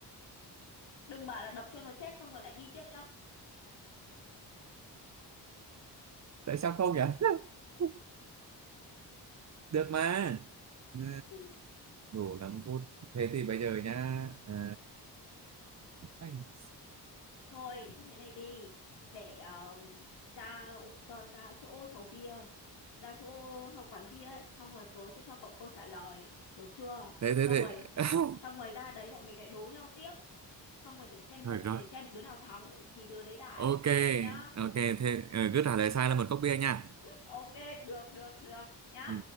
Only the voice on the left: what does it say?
đừng bảo là đập cho nó chết xong rồi lại đi tiếp nhá
<laughs>
thôi như thế này đi để ờ, ra ờ, ra chỗ chầu bia ra chỗ ờ, quán bia ấy xong rồi tớ sẽ cho cậu câu trả lời được chưa
xong
rồi
xong rồi ra đấy bọn mình lại đố nhau tiếp xong rồi để xem
để xem đứa nào thắng thì đứa đấy đãi
nhá
ok được được được nhá